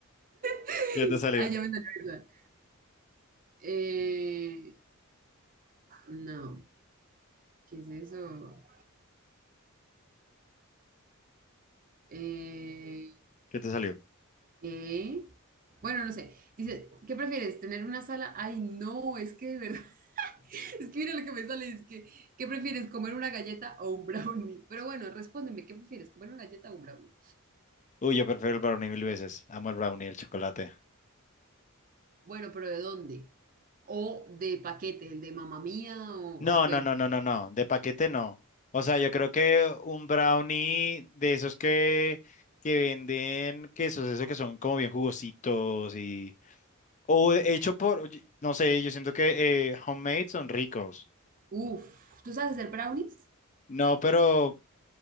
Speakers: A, on the right; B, on the left.
A: <laughs>
B: ¿Qué te salió?
A: Ay, ya me salió esa. Eh, no, ¿qué es eso? Eh,
B: ¿Qué te salió?
A: ¿qué? Bueno, no sé. Dice, ¿qué prefieres? ¿Tener una sala? Ay, no, es que de verdad. Es que mira lo que me sale, es que, ¿qué prefieres, comer una galleta o un brownie? Pero bueno, respóndeme, ¿qué prefieres, comer una galleta o un brownie?
B: Uy, yo prefiero el brownie mil veces. Amo el brownie, y el chocolate.
A: Bueno, pero ¿de dónde? ¿O de paquete, el de mamá mía o,
B: No,
A: o qué?
B: no, no, no, no, no. De paquete no. O sea, yo creo que un brownie de esos que, que venden quesos, esos que son como bien jugositos y, O hecho por, no sé, yo siento que eh, homemade son ricos.
A: Uf, ¿tú sabes hacer brownies?
B: No, pero